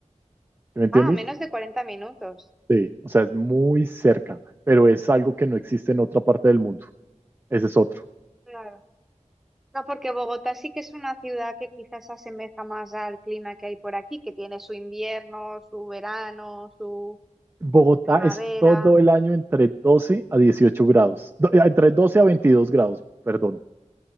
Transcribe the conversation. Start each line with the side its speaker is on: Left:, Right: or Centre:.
Right: ¿sí ¿me entiendes?
Centre: Ah, menos de 40 minutos.
Right: Sí, o sea, es muy cerca, pero es algo que no existe en otra parte del mundo, ese es otro.
Centre: claro No, porque Bogotá sí que es una ciudad que quizás se asemeja más al clima que hay por aquí, que tiene su invierno, su verano, su
Right: Bogotá
Centre: primavera.
Right: es todo el año entre 12 a 18 grados, do- eh, entre 12 a 22 grados, perdón,